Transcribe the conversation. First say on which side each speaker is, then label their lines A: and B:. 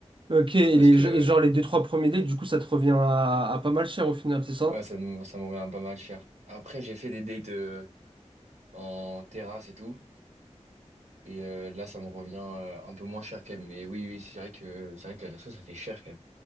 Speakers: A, on the right; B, on the right.
A: Ok, et,
B: Parce
A: les,
B: que
A: et genre les deux trois premiers dates, du coup, ça te revient à, à pas mal cher au final, c'est ça?
B: ouais, ça me ça me revient pas mal cher. Après, j'ai fait des dates euh, en terrasse et tout et euh, là ça me revient euh, un peu moins cher quand même. Mais oui oui, c'est vrai que c'est vrai que les restos ça fait cher quand même.